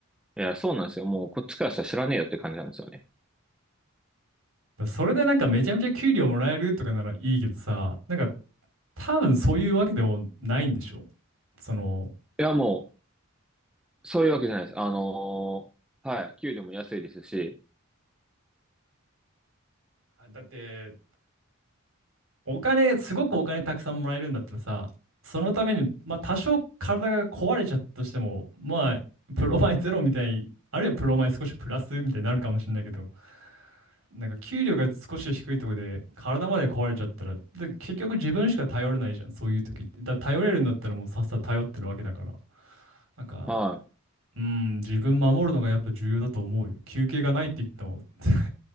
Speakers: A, in the centre; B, on the right (about 70°).
A: いや、そうなんですよ。もうこっちからしたら知らねえよって感じなんですよね。
B: だそれでなんかめちゃめちゃ給料もらえるとかならいいけどさ、なんか多分そういうわけでもないんでしょ。その、
A: いや、もう、そういうわけじゃないです。あのーはい、給料も安いですし、
B: あだって、お金、すごくお金たくさんもらえるんだったらさ、そのために、まあ多少体が壊れちゃったとしても、まあ、プロマイゼロみたい、あるいはプロマイ少しプラスみたいになるかもしれないけど、なんか給料が少し低いところで体まで壊れちゃったら、で結局自分しか頼れないじゃん、そういう時って。だから頼れるんだったらもうさっさと頼ってるわけだから。なんか、
A: は
B: うん、自分守るのがやっぱ重要だと思うよ。休憩がないって言っても <laughs>